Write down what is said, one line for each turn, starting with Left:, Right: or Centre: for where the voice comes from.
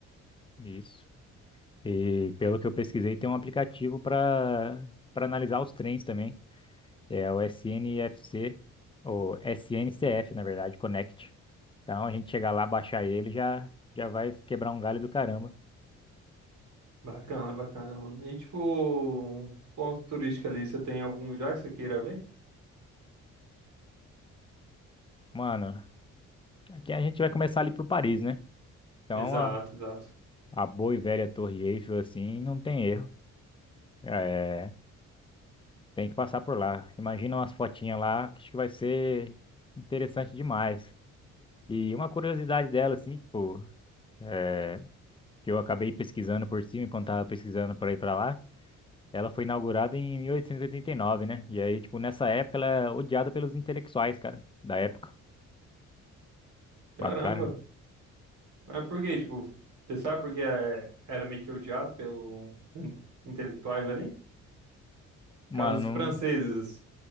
Left: Isso. E pelo que eu pesquisei, tem um aplicativo para para analisar os trens também. É o SNFC, ou SNCF, na verdade, Connect. Então a gente chegar lá, baixar ele, já já vai quebrar um galho do caramba.
Right: Bacana, bacana, mano. E tipo, um ponto turístico ali, você tem algum já que você queira ver?
Left: Mano, Aqui a gente vai começar ali por Paris, né? Então
Right: Exato,
Left: a,
Right: exato.
Left: a boa e velha Torre Eiffel, assim, não tem erro. É, tem que passar por lá. Imagina umas fotinhas lá, que acho que vai ser interessante demais. E uma curiosidade dela, assim, tipo, é, que eu acabei pesquisando por cima enquanto tava pesquisando para ir para lá, ela foi inaugurada em 1889, né? E aí, tipo, nessa época ela é odiada pelos intelectuais, cara, da época.
Right: Caramba.
Left: Bacana, né?
Right: Mas por quê? Tipo, você sabe porque é, era meio que odiado pelos intelectuais ali?
Left: Mano,
Right: Casos
Left: não.
Right: franceses.